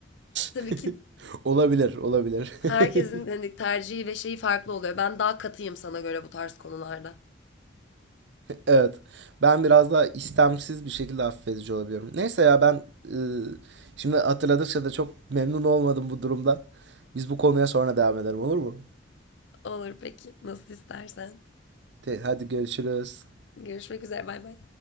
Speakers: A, on the left; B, on the right.
A: tabii
B: <laughs>
A: ki-
B: Olabilir, olabilir.
A: Herkesin
B: <laughs>
A: hani tercihi ve şeyi farklı oluyor. Ben daha katıyım sana göre bu tarz konularda.
B: Evet. Ben biraz daha istemsiz bir şekilde affedici olabiliyorum. Neyse ya ben ıı, şimdi hatırladıkça da çok memnun olmadım bu durumda Biz bu konuya sonra devam edelim olur mu?
A: Olur peki. Nasıl istersen.
B: Te- hadi görüşürüz.
A: Görüşmek üzere. Bay bay.